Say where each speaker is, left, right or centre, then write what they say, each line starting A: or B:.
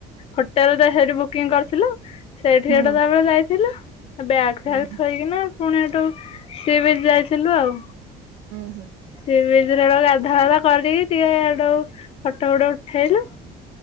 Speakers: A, on the left; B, on the right.
A: ହୋଟେଲ ସେଠି ବୁକିଂ କରିଥିଲୁ ସେଇଠି
B: ହଁ
A: ଏଟା ତାପରେ ଯାଇଥିଲ ବ୍ୟାଗ୍ ଫଗ
B: ଉଁ ହୁଁ
A: ଥୋଇକିନା ପୁଣି ଏଠୁ ସିଏ ବି ଯାଇଥିଲୁ ଆଉ
B: ଓଁ ହୋ।
A: ସି ବିରେ ଗାଧା ଫାଧା କରିକି ଟିକେ ଆଡ ଫଟୋ ଫଟ ଉଠେଇଲୁ